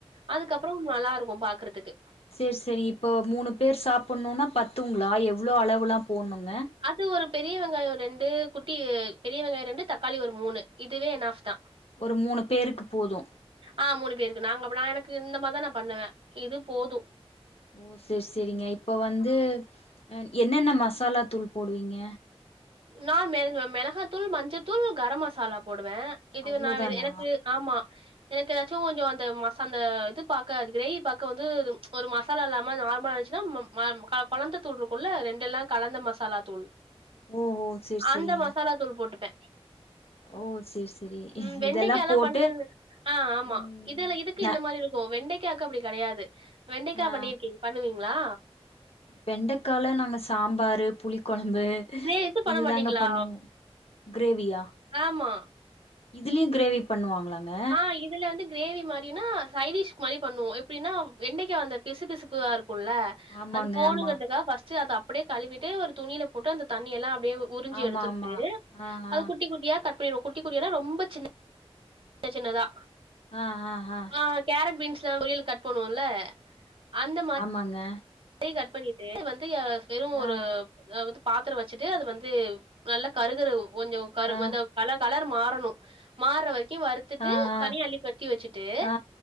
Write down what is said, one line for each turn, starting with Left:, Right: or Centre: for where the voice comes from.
Right: அதுக்கப்றோ நல்லா இருக்கு பாக்கறதுக்கு
Left: செரி செரி இப்போ மூணு பேர் சாப்புட்ணுன்னா பத்துங்ளா எவ்ளோ அளவுலா போட்ணுங்க
Right: அது ஒரு பெரிய வெங்காயோ ரெண்டு குட்டி பெரிய வெங்காயோ ரெண்டு தக்காளி ஒரு மூணு இதுவே எனாஃப் தா
Left: ஒரு மூணு பேருக்கு போது
Right: ஆ மூணு பேருக்கு நாங்க அப்னா நா எனக்கு இந்த மார்தா நா பண்ணுவே இது போது
Left: ஓ செர் செரிங்க இப்ப வந்து என்னென்ன மசாலா தூள் போடுவீங்க
Right: நா மெள மெளகாத்தூள் மஞ்சத்தூள் கரம் மசாலா போடுவே இது
Left: அவ்ளோதானா
Right: நா வெ எனக்கு ஆமா எனக்கு அச்சும் கொஞ்சோ அந்த மசாந்த அந்த இது பாக்க அது கிரேவி பாக்க வந்து ஒரு மசாலா இல்லாம நார்மலா இருந்சின்னா மம் ஆம்மா க கொழந்த தூள் இருக்குல்ல ரெண்டல்லா கலந்த மசாலா தூள்
Left: ஓ ஓ சேரி சேரிங்க
Right: அந்த மசாலா தூள் போட்டுட்ட
Left: ஓ சேரி சேரி
Right: ம் வெண்டக்கால்லா
Left: இதெல்லா போட்டு
Right: பண்ண ஆ ஆமா
Left: ம்
Right: இதுல இது க்கு
Left: ந
Right: இந்த மாரி இருக்கு வெண்டக்காக்கு அப்டி கெடையாது வெண்டக்கா
Left: ஆ
Right: பண்ணிருக்கீங் பண்ணுவீங்ளா
Left: வெண்டக்கால நாங்க சாம்பாரு புளி கொழம்பு
Right: கிரே இது பண்ண
Left: இதுதாங்க
Right: மாட்டீங்களா?
Left: பண்ணுவோ க்ரேவியா
Right: ஆமா.
Left: இதுலயு க்ரேவி பண்ணுவாங்ளாங்க
Right: ஆ இதுல வந்து க்ரேவி மாரினா சைடிஷ் மாரி பண்ணுவோ எப்டினா வெண்டக்கா அந்த பிசுபிசுப்புவா இருக்குல்ல
Left: ஆமாங்க
Right: அது போணுங்கறதுக்காக
Left: ஆமா
Right: பர்ஸ்ட் அத அப்டியே கழுவிட்டு ஒரு துணில போட்டு அந்த தண்ணியெல்லா அப்டியே உறிஞ்சு
Left: ஆமா
Right: எடுத்துற்ட்டு
Left: ஆமா
Right: அது குட்டி குட்டியா கட் பண்ணிறுவோ குட்டி குட்டியானா ரொம்ப சின்ன சின்ன சின்னதா
Left: ஆ ஆ ஹா
Right: ஆ கேரட் பீன்ஸ்லா பொறியல்க்கு கட் பண்வோல அந்த
Left: ஆ ஆமாங்க
Right: யி கட் பண்ணிட்டு வந்து வெறு ஒரு
Left: ஆ
Right: அதாவது பாத்ரோ வச்சுட்டு அது வந்து நல்லா கருகரு கொஞ்சோ கரு
Left: ஆ
Right: அந்த பல கலர் மாறணு மாற வரைக்கு வறுத் துட்டு
Left: ஆ ஆ
Right: தனியள்ளி கொத்தி வச்சுட்டு
Left: ஆ